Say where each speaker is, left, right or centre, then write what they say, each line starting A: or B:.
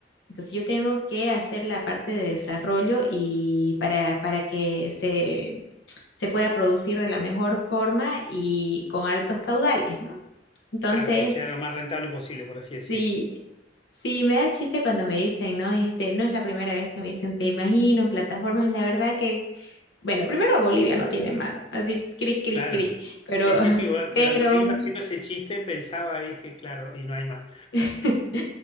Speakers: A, on the left; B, on the left.
A: Entonces yo tengo que hacer la parte de desarrollo y para, para que se, se pueda producir de la mejor forma y con altos caudales, ¿no? Entonces,
B: Claro, que sea lo más rentable posible, por así decir.
A: sí, Sí, me da chiste cuando me dicen, ¿no? Este, no es la primera vez que me dicen, te imagino en plataformas. La verdad que, bueno, primero Bolivia no tiene mar, así cri, cri,
B: Claro.
A: cri, pero,
B: Sí, sí,
A: <laughs>
B: sí. bueno,
A: pero
B: Cuando iba haciendo ese chiste pensaba, dije, claro, y no hay más.
A: <laughs>